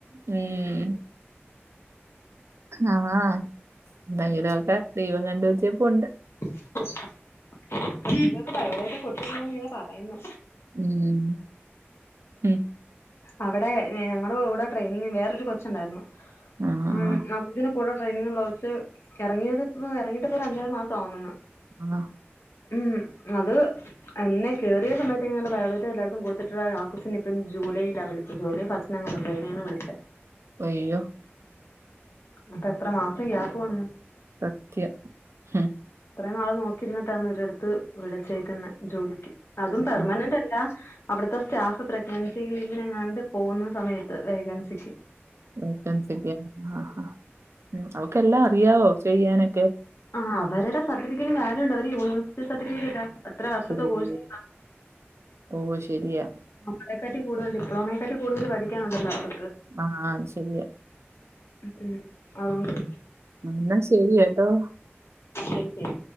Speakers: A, on the right; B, on the left.
A: ഉം. ആഹ് എന്തെങ്കിലും ഒക്കെ ദൈവം കണ്ട വച്ചേപ്പൊണ്ട്.
B: <unintelligible> ബയോഡേറ്റ കൊടത്തിട്ടില്ലാന്ന് ഇങ്ങനെ പറയുന്നു.
A: ഉം. ഉം
B: അവിടെ ഏഹ് ഞങ്ങടെ കൂടെ ട്രെയിനിങ് വേറൊരു കൊച്ചുണ്ടായിരുന്നു
A: ആഹ്
B: ഉം ആ കൊച്ചിന് കൂടെ ട്രെനിങ് ഇള്ള കൊച്ച് എറങ്ങിയത് ഇപ് എറങ്ങിയിട്ടിപ്പോ ഒരു അഞ്ചാറു മാസം ആവുന്നെന്ന്
A: ആഹ്
B: ഉം അത് അന്നെ കേറിയ സമയത്തെങ്ങാണ്ട് ബയോഡാറ്റ എല്ലാടത്തും കൊടുത്ത്ട്ട്ണ്ടായ ആ കൊച്ചിന് ഇപ്പം ജൂലൈയിലാ വിളിച്ചത് ജൂലൈ ഫസ്റ്റിനെങ്ങാണ്ടാ ട്രെയിനിങ്ങിന് വിളിച്ചേ.
A: അയ്യോ
B: അപ്പൊ എത്ര മാസം ഗ്യാപ്പ് വന്ന്.
A: സത്യം ഉം
B: ഇത്രയും നാള് നോക്കിരുന്നിട്ടാന്ന് ഒരിടെത്ത് വിളിച്ചേക്കുന്നെ. ജോലിക്ക് അതും പെർമനന്റ്
A: ഉം
B: അല്ല അവിടുത്തെ സ്റ്റാഫ് പ്രഗ് ൻസി ലീവിനെനെങ്ങാണ്ട് പോകുന്ന സമയത്ത് വേക്കൻസിക്ക്.
A: വേക്കൻസിക്ക്, ആഹ് ആഹ് അവക്കെല്ലാം അറിയാവോ ചെയ്യാനൊക്കെ?
B: ആഹ് അവരടെ സർട്ടിഫിക്കറ്റിന് വാല്യൂണ്ട് അവര് യൂണിവേഴ്സിറ്റി സർട്ടിഫിക്കറ്റാ. എത്ര വർഷത്തെ
A: <unintelligible>
B: കോഴ്സ്
A: ഓഹ് ശരിയാ.
B: നമ്മളെക്കാട്ടി കൂടുതൽ ഡിപ്ലോമയെക്കാട്ടി കൂടുതൽ പഠിക്കാനണ്ടല്ലോ അവർക്ക്.
A: ആഹ് ശരിയാ
B: ഉം അതൊണ്ട്.
A: എന്നാ ശെരി കേട്ടോ.
B: ശരി ശരി.